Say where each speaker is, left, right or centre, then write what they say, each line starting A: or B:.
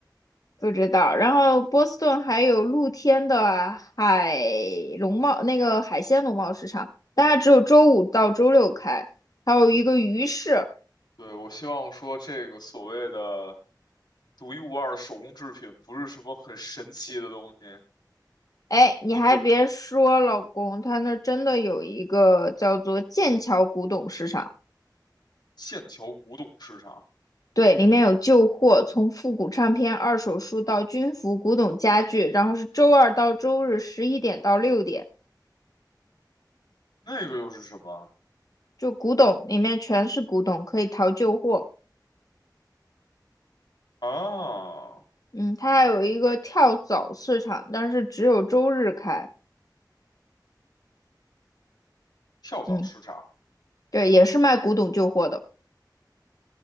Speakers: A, on the left (about 50°); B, on the left (about 70°).
A: 不知道。然后波士顿还有露天的海农贸，那个海鲜农贸市场，但它只有周五到周六开，还有一个鱼市。
B: 对，我希望说这个所谓的独一无二的手工制品不是什么很神奇的东西。
A: 哎，你还别说，
B: 你比如
A: 老公，他那儿真的有一个叫做剑桥古董市场，
B: 剑桥古董市场，
A: 对，里面有旧货，从复古唱片、二手书到军服、古董家具，然后是周二到周日十一点到六点，
B: 那个又是什么
A: 就古董里面全是古董，可以淘旧货。
B: 啊？
A: 嗯，它还有一个跳蚤市场，但是只有周日开。
B: 跳蚤市场。
A: 嗯，对，也是卖古董旧货的。